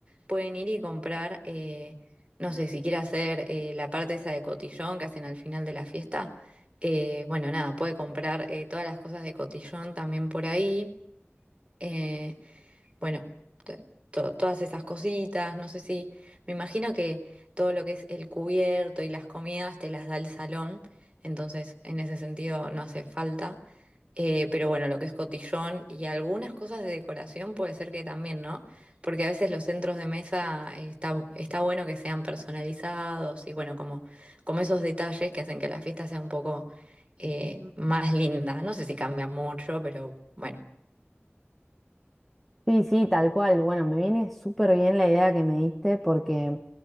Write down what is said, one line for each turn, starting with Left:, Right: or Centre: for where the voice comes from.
Right: pueden ir y comprar, eh, no sé, si quiere hacer eh, la parte esa de cotillón que hacen al final de la fiesta. eh, bueno, nada, puede comprar eh, todas las cosas de cotillón también por ahí. Eh, bueno, to- to- todas esas cositas, no sé si, me imagino que todo lo que es el cubierto y las comidas te las da el salón, entonces en ese sentido no hace falta. Eh, pero bueno, lo que es cotillón y algunas cosas de decoración puede ser que también, ¿no? Porque a veces los centros de mesa eh, está, está bueno que sean personalizados y bueno, como, como esos detalles que hacen que la fiesta sea un poco eh, más linda. No sé si cambia mucho, pero bueno.
Centre: Sí, sí, tal cual. Bueno, me viene súper bien la idea que me diste porque